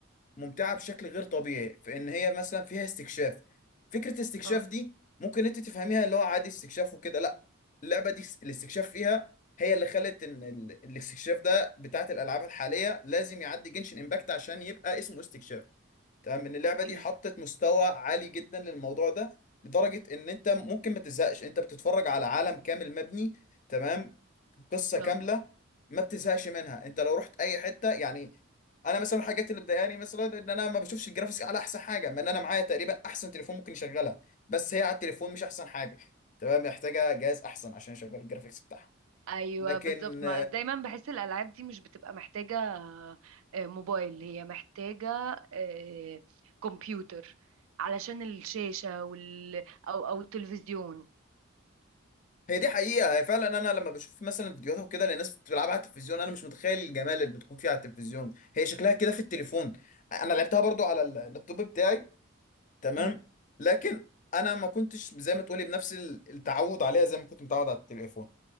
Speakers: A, on the left; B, on the right.
A: ممتعة بشكل غير طبيعي في ان هي مثلا فيها استكشاف فكرة استكشاف
B: اه
A: دي ممكن انت تفهميها اللي هو عادي استكشاف وكده لا اللعبة دي الاستكشاف فيها هي اللي خلت ان ال- الاستكشاف ده بتاعت الالعاب الحالية لازم يعدي جنشن امباكت عشان يبقى اسمه استكشاف تمام ان اللعبه
B: اوكي
A: دي حطت مستوى عالي جدا للموضوع ده لدرجه ان انت ممكن ما تزهقش انت بتتفرج على عالم كامل مبني تمام قصه
B: اه
A: كامله ما بتزهقش منها انت لو رحت اي حته يعني انا مثلا الحاجات اللي مضايقاني مثلا ان انا ما بشوفش الجرافيكس على احسن حاجه ما ان انا معايا تقريبا احسن تليفون ممكن يشغلها بس هي على التليفون مش احسن حاجه تمام محتاجه جهاز احسن عشان يشغل الجرافيكس بتاعها
B: ايوه
A: لكن
B: بالظبط ما دايما بحس الالعاب دي مش بتبقى محتاجه آه، موبايل هي محتاجه آه، كمبيوتر علشان الشاشه وال او او التلفزيون
A: هي دي حقيقة هي فعلا أنا لما بشوف مثلا فيديوهات وكده لناس بتلعبها على التلفزيون أنا مش متخيل الجمال اللي بتكون فيها على التلفزيون هي شكلها كده في التليفون أنا لعبتها برضو على اللابتوب بتاعي تمام
B: امم
A: لكن أنا ما كنتش زي ما تقولي بنفس التعود عليها زي ما كنت متعود على التليفون